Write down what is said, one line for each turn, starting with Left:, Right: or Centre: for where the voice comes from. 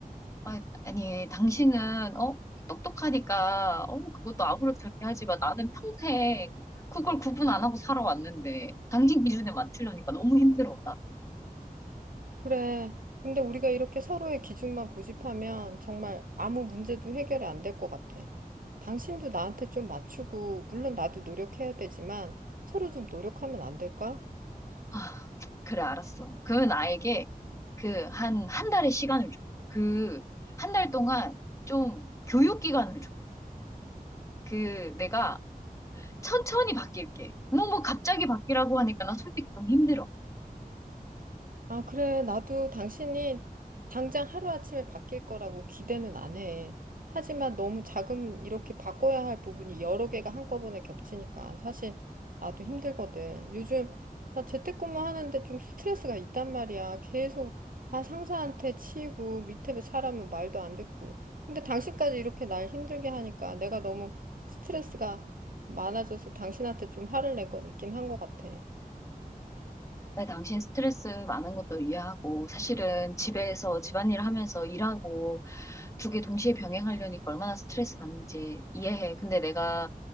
Left: 아니, 아니, 당신은, 어? 똑똑하니까, 어? 그것도 아무렇지 않게 하지 마. 나는 평생 그걸 구분 안 하고 살아왔는데, 당신 기준에 맞추려니까 너무 힘들어. 나,
Right: 그래. 근데 우리가 이렇게 서로의 기준만 고집하면 정말 아무 문제도 해결이 안 될 것 같아. 당신도 나한테 좀 맞추고, 물론 나도 노력해야 되지만 서로 좀 노력하면 안 될까?
Left: 아, 그래, 알았어. 그러면 나에게 그, 한, 한 달의 시간을 줘. 그, 한 달 동안 좀 교육 기간을 줘. 그 내가 천천히 바뀔게. 너무 갑자기 바뀌라고 하니까 나 솔직히 좀 힘들어.
Right: 아, 그래. 나도 당신이 당장 하루아침에 바뀔 거라고 기대는 안 해. 하지만 너무 작은 이렇게 바꿔야 할 부분이 여러 개가 한꺼번에 겹치니까 사실 나도 힘들거든. 요즘 나 재택근무 하는데 좀 스트레스가 있단 말이야. 계속 아, 상사한테 치이고 밑에 사람은 말도 안 듣고. 근데 당신까지 이렇게 날 힘들게 하니까 내가 너무 스트레스가 많아져서 당신한테 좀 화를 낸 건 있긴 한 것 같아.
Left: 나 당신 스트레스 많은 것도 이해하고 사실은 집에서 집안일 하면서 일하고 두 개 동시에 병행하려니까 얼마나 스트레스 받는지 이해해. 근데 내가